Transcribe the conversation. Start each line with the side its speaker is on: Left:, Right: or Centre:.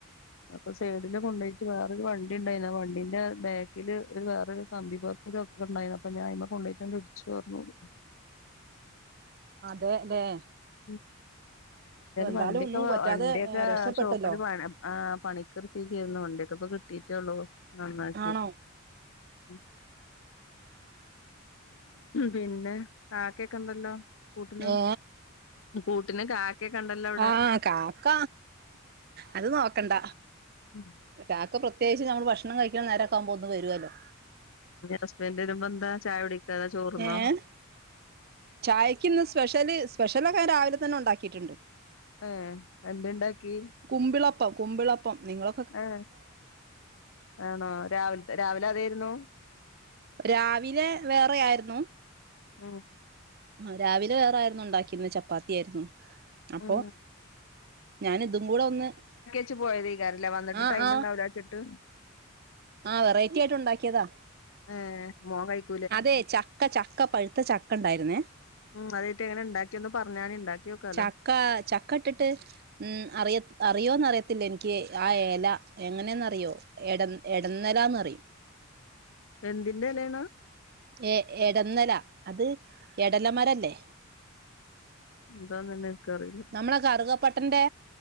Left: അപ്പോ സൈഡില് കൊണ്ടോയിറ്റ് വേറൊരു വണ്ടി ഉണ്ടായിരുന്നു ആ വണ്ടിന്റെ ബാക്കില് വേറൊരു കമ്പി പോ <unintelligible> ഇണ്ടായിറഞ്ഞു അപ്പ ഞാൻ അയിമെ കൊണ്ടോയിട്ട് ഇടിച്ചു പറഞ്ഞ് ഓള്.
Right: അതെ ല്ലേ?
Left: <unintelligible>
Right: എന്തായാലും
Left: വണ്ടിയൊക്കെ
Right: ഒന്നും പറ്റാതെ
Left: വണ്ടിയൊക്കെ
Right: രക്ഷപ്പെട്ടല്ലോ
Left: ഷോപ്പില് വേണം ആഹ് പണിക്ക് നിർത്തിയേക്കുവാരുന്നു വണ്ടിയൊക്കെ ഇപ്പോ കിട്ടീട്ടേള്ളൂ നന്നാക്കി.
Right: ആണോ
Left: ഉം പിന്നെ കാക്കയൊക്കെ ഇണ്ടല്ലോ കൂട്ടിന്
Right: ഏ
Left: കൂട്ടിന് കാ ക്കെകണ്ടല്ലോ
Right: ആ കാക്ക അത് നോക്കണ്ട
Left: ഉം
Right: കാക്ക പ്രത്യേകിച്ചു നമ്മള് ഭക്ഷണം കഴിക്ക്ണ നേരക്കാവുമ്പോത്ത് വരു അല്ലോ
Left: ഹസ്ബൻഡ് വരുമ്പ എന്താ ചായ കുടിക്കോ അതോ ചോറ് ന്നൊ
Right: ഏഹ് ചായക്ക് ഇന്ന് സ്പെഷ്യല് സ്പെഷ്യലൊക്കെ ഞാൻ രാവിലെ തന്നെ ഉണ്ടാക്കിയിട്ടുണ്ട്
Left: ഏ എന്തേ ഇണ്ടാക്കി
Right: കുമ്പിളപ്പം കുമ്പിളപ്പം നിങ്ങള
Left: ആ ആണോ രാവിൽത്തെ രാവിലെ അതെയ്ര്ന്നു
Right: രാവിലെ വേറ ആയിരുന്നു
Left: ഉം
Right: ആ രാവിലെ വേറായിരുന്നു ഇണ്ടാക്കിര്ന്ന് ചപ്പാത്തി ആയിരുന്നു അപ്പൊ
Left: ഉം
Right: ഞാന് ഇതും കൂടെ ഒന്ന്
Left: റ്റ് പോയതയ്കാര ലെ വന്ന്ട്ട്
Right: ആ
Left: ടൈമ്
Right: ആ
Left: ഇണ്ടാവൂലചിട്ട്
Right: ആ വെറൈറ്റി ആയിട്ട് ഉണ്ടാക്കിയതാ
Left: ഏ മോൻ കഴി
Right: അതെ ചക്ക ചക്ക പഴുത്ത ചക്ക ഇണ്ടായിരുന്നേ
Left: ഉം അതായിട്ട് എങ്ങനെ ഉണ്ടാക്കിയൊന്ന് പറഞ്ഞാണി ഉണ്ടാക്കിയോക്കാലോ
Right: ചക്ക ചക്ക ഇട്ടിട്ട് ഉം അറിയ അറിയോന്നറിയത്തില്ല എനിക്ക് ആ എല എങ്ങനെന്നറിയോ എട എടന്നലാന്ന് പറിം
Left: എന്തിന്റെ എലെണ്
Right: എ എടന്നല അത് എടലമരല്ലേ
Left: എന്താന്നന്നെ ഇൻക്കറീല
Right: നമ്മളെ കറുകപ്പട്ടന്റെ